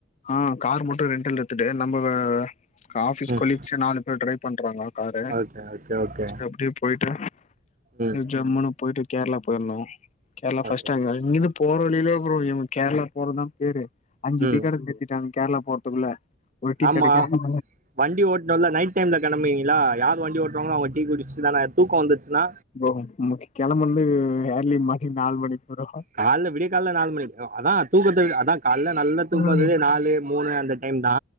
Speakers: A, on the left; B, on the right.
A: ஆ கார் மட்டும் ரெண்டல் எடுத்துட்டு நம்ப ஆஃபீஸ்
B: ம்
A: கொலிங்சே நாலு பேர் டிரைவ் பண்றாங்க காரு
B: ஓகே ஓகே ஓகே
A: அப்டியே போயிட்டா
B: ம்
A: ஜம்முனுு போயிட்டு கேரளா போயிருந்தோ கேரளா ஃபர்ஸ்ட்
B: ஓகே
A: டைமு இங்கந்து போற வழியில ப்ரோ அப்புரோ கேரளா போறதுதா பேரு அஞ்சு
B: ம்
A: டிக்கட் திருத்திட்டாங்க கேரளா போறதுக்குள்ள ஒரு டீ
B: ஆமா
A: கெடுக்காது
B: வண்டி ஓட்னு ல நைட் டைம்ல கிளம்புவீங்களா யார் வண்டி ஓட்றாங்களோ அவங்க டீ குடிச்சு தா தூக்கம் வந்துச்சன்னா
A: ப்ரோ கெளம்பந்து ஏர்லி மானிங் நாலு மணிக்கு ப்ரோ
B: கால்ல விடிய கால்ல நாலு மணிக்கு அதா தூக்கத்து அதா கால்ல நல்ல தூக்கம்
A: ம்
B: நாலு மூணு அந்த டைம் தா